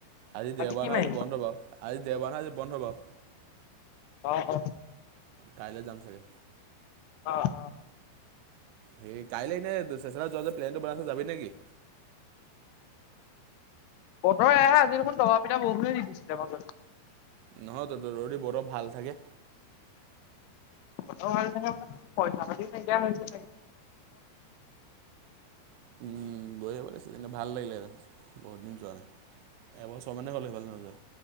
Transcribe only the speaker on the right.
আজি দেওবাৰ
ন
আজি বন্ধ বাও। আজি দেওবাৰ হয় আজি বন্ধ বাও।
কাইলৈ যাম চাগে।
সেই কাইলৈ এনে চেচৰা যোৱা যে প্লেনটো বনাইছো যাবি নেকি।
নহয় ত যদি বতৰ ভাল থাকে।
উম বজি পিছিলনে ভাল লাগিলে হেতেন। বহুত দিন যোৱা নাই এবছৰ মানে হ'ল সেফালে নোযোৱা।